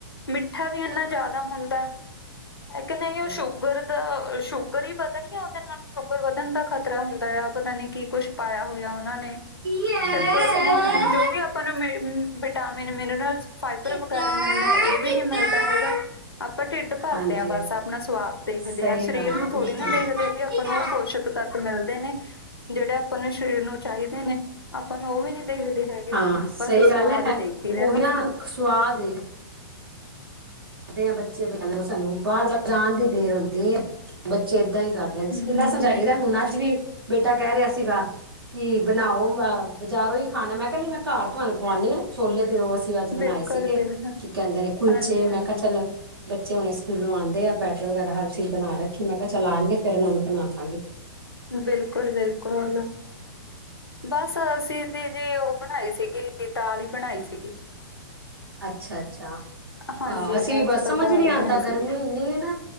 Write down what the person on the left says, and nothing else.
ਮਿੱਠਾ ਵੀ ਏਨਾ ਜਾਦਾ ਹੁੰਦਾ ਮੈਂ ਕਿਆ ਨਈ
ਓ ਸ਼ੂਗਰ ਦਾ ਸ਼ੂਗਰ ਈ ਵਦਨੀ ਆ ਓਦੇ ਨਾ ਸ਼ੂਗਰ ਵਦਨ ਦਾ ਖ਼ਤਰਾ ਹੁੰਦਾ ਆ, ਪਤਾ ਨੀ ਕੀ ਕੁੱਛ ਪਾਇਆ ਹੋਇਆ ਓਨਾਂ ਨੇ,
ਫਿਰ
ਹੁਨ ਜੋ ਵੀ ਆਪਾਂ ਨੂੰ ਵਿਟਾਮਿਨ ਮਿਨਰਲਸ ਫਾਈਬਰ
ਵਗੈਰਾ ਮਿਲਨੇ ਏ ਵੀ
ਨੀ ਮਿਲਦਾ ਹੈਗਾ। ਆਪਾਂ ਢਿੱਡ ਭਰਦੇ
ਆਂ ਬਸ ਆਪਨਾ ਸਵਾਦ ਦੇਖਦੇ
ਆਂ ਸਰੀਰ
ਨੂੰ
ਥੋੜ੍ਹੀ
ਨਾ
ਦੇਖਦੇ ਆ ਵੀ ਆਪ ਆਪਾਂ
ਨੂੰ ਓ ਪੋਸ਼ਕ ਤੱਤ ਮਿਲਦੇ ਨੇ। ਜੇੜੇ ਆਪਾਂ ਨੂੰ ਸਰੀਰ ਨੂੰ ਚਾਈਦੇ ਨੇ, ਆਪਾਂ ਨੂੰ ਓ ਵੀ ਨੀ ਦਿਖਦੇ। ਹੈਗੇ
ਬਸ
ਸਵਾਦ
ਦੇਖੀ ਰੈਨਾ।
ਹਮ
ਜੀ
ਬਿਲਕੁਲ
ਬਿਲਕੁਲ
ਹਾਂਜੀ ਹਾਂਜੀ
ਬਿਲਕੁਲ-ਬਿਲਕੁਲ। ਬਸ ਅਸੀਂ ਤੇ ਜੀ ਓ ਬਨਾਈ ਸੀਗੀ ਦਾਲ ਈ ਬਨਾਈ ਸੀਗੀ।
ਹਾਂਜੀ
ਅੱਜ
ਤਾਂ
ਦਾਲ
ਹੀ
ਬਣਾਈ ਸੀਗੀ।